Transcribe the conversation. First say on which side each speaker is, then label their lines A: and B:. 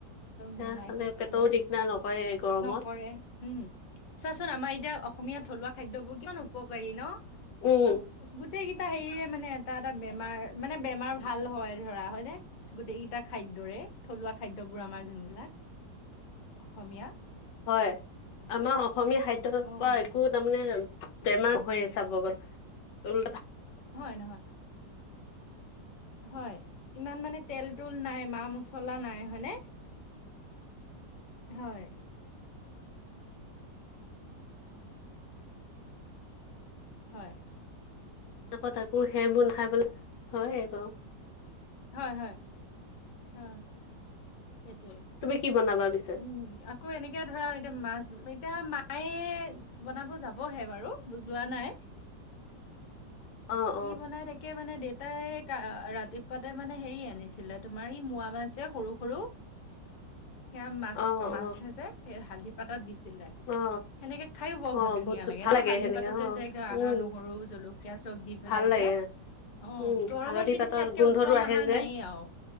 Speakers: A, on the left (about 80°); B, on the left (about 50°).
A: সেয়া
B: মিলাই কৰি
A: পেটৰো
B: খালে
A: দিগদাৰ নকৰে এই গৰমত
B: নকৰে উম চোৱাচোন আমাৰ এতিয়া। অসমীয়া থলুৱা খাদ্যবোৰ কিমান উপকাৰী ন
A: উম
B: চব গোটেই কেইটা হে। সি মানে এটা এটা বেমাৰ মানে বেমাৰ। ভাল হয় ধৰা হয়নে গোটেইকেইটা খাদ্যৰে থলুৱা খাদ্যবোৰ আমাৰ যোনবিলাক। অসমীয়া।
A: হয় আমাৰ অসমীয়া খাদ্যৰ
B: অ'
A: পৰা একো তাৰমানে। বেমাৰ হৈয়ে চাব গ'লে।
B: নহয়। হয় ইমান মানে তেল তোল নাই মা মছলা। চলা নাই হয়নে হয়। হয়।
A: আকৌ তাকো সেইবোৰ নাখাই পেলাই হয় বাও।
B: হয় হয়। অ সেইটোৱে
A: তুমি কি বনাবা। পিছে
B: উম আকৌ এনেকে ধৰা এতিয়া মাছ। এতিয়া মায়ে বনাব যাবহে বাৰু যোৱা নাই।
A: অ
B: কি
A: অ
B: বনাই তাকে। মানে দেউতাই ৰাতিপুৱাতে মানে হেৰি আনিছিলে তোমাৰ ই মোৱা মাছ যে সৰু সৰু। <inaudible> সেয়া মাছ
A: অ
B: -মাছ
A: অ
B: যে সেই হালধি পাতত দিছিলে,
A: অ
B: সেনেকে খায়ো বৰ
A: অ
B: বহত ধুনীয়া
A: বহুত
B: লাগে।
A: ভাল
B: ন হালধি
A: সেনেকে
B: পাততে
A: অ
B: যে আদা,
A: উম
B: নহৰু, জলকীয়া চব দি পেলাই
A: ভাল লাগে
B: যে অ
A: উম
B: গৰমত
A: হালধি
B: কিন্তু
A: পাতৰ
B: সেয়াতকে
A: গোন্ধটো
B: উত্তম
A: আহে
B: আহাৰ
A: যে
B: নাই আও।